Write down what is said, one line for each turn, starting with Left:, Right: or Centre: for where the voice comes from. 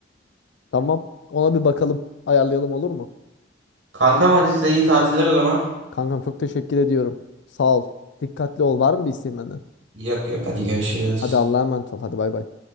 Left: Tamam. Ona bir bakalım. Ayarlayalım olur mu?
Right: Kankam hadi size iyi tatiller o zaman.
Left: Kankam çok teşekkür ediyorum. Sağ ol. Dikkatli ol. Var mı bir isteğin benden?
Right: Yok yok hadi görüşürüz.
Left: Hadi Allah'a emanet ol. Hadi bay bay.